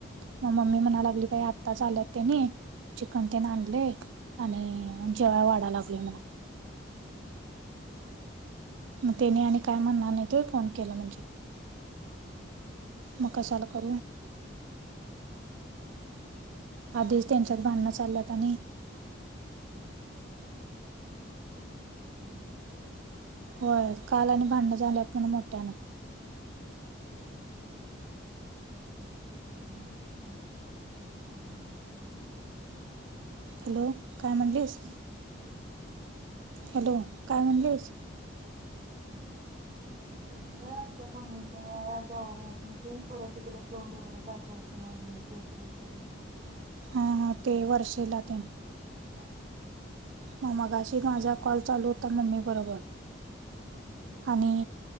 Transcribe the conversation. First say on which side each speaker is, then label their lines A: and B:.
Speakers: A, on the right; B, on the right.
A: मग मम्मी म्हणा लागली बाई, आत्ताच आल्यात तेनी. चिकन तेन आणलय, आणि जेव्हा वाडा लागलोय म्हण.
B: हम्म.
A: मग तेनी आणि काय म्हणणार नाहीत व्हय फोन केल म्हणजे. म काशाला करू. आधीच त्यांच्यात भांडणं चालल्यात आणि.
B: हो काल आणि <unintelligible>
A: होय. काल आणि भांडन झाल्यात म्हण मोठ्यानं.
B: वेलकम <unintelligible> <unintelligible>
A: हॅलो काय म्हणलीस? हॅलो काय म्हणलीस?
B: ते प <unintelligible> मम्मीचा जॉब हाय <unintelligible> परत तिकड तोंड वगैरे दाख वायच नाही आणि <unintelligible>
A: हा हा ते वर्षिला तेन.
B: हा.
A: मग मगाशी माझा कॉल चालू होता मम्मी बरोबर, आणि